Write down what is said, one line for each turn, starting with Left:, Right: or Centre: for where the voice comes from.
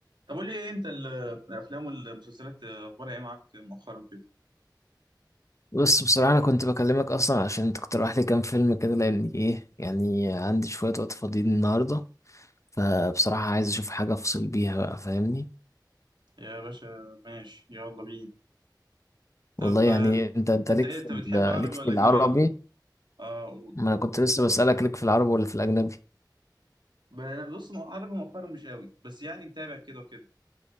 Right: طب قول لي ايه انت ال- الافلام والمسلسلات اخبارها ايه معاك مؤخرا كده
Left: بص بصراحة أنا كنت بكلمك أصلا عشان تقترح لي كام فيلم كده لأن إيه يعني عندي شوية وقت فاضيين النهاردة فبصراحة عايز أشوف حاجة أفصل بيها بقى فاهمني
Right: يا باشا ماشي يلا بينا طب
Left: والله يعني
Right: آه،
Left: أنت أنت
Right: انت
Left: ليك
Right: ايه
Left: في
Right: انت بتحب
Left: ال-
Right: عربي
Left: ليك في
Right: ولا
Left: العربي
Right: اجنبي اكتر اه قول
Left: ما أنا كنت لسه بسألك ليك في العربي ولا في الأجنبي
Right: ب- انا بص مو- عربي مؤخرا مش قوي بس يعني متابع كده وكده